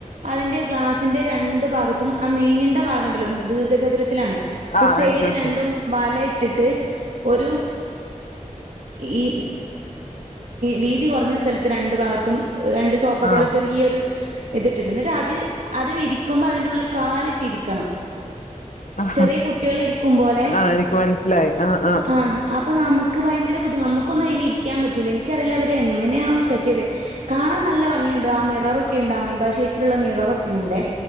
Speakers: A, on the right; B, on the left.
A: അതിൻ്റെ ഗ്ലാസിന്റെ രണ്ട് ഭാഗത്തും ആ നീണ്ട ഭാകണ്ടല്ലോ ദീർഘചതുരത്തിലാണ് അപ്പൊ
B: ആഹ് ആഹ്
A: സൈയഡ്
B: എനിക്ക് മനസ്സിലായി
A: രണ്ടും വല ഇട്ടിട്ട് ട്ട് ഒരു ഈ വീതി കുറഞ്ഞ സ്ഥലത്ത് രണ്ടു ഭാഗത്തും രണ്ട് സോഫ
B: ആഹ്
A: പോലെ ചെറിയൊരു ഇത് ഇട്ടിട്ട് അത് അത് വിരിക്കുമ്പോ അതി ഉള്ള കാലിട്ടിരിക്കണം
B: ആഹ്
A: ചെറിയ കുട്ടികൾ ഇരിക്കും പോലെ
B: ആഹ് എനിക്ക് മനസ്സിലായി ആഹ് ആഹ്
A: ആഹ അപ്പൊ നമുക്ക് നമുക്ക് ഭയങ്കര ബുദ്ധി നമുക്കൊന്ന് അയില് ഇരിക്കാൻ പറ്റൂല എനിക്കറിയില്ല അവരെ എങ്ങനെയണോ സെറ്റ് ചെയ്തത് കാണാൻ നല്ലംഗിയുണ്ട് ആ മിറർഒക്കെയുണ്ട്. ആ അമീബാഷേപ്പിലുള്ള മിറർഒക്കെയുണ്ട്.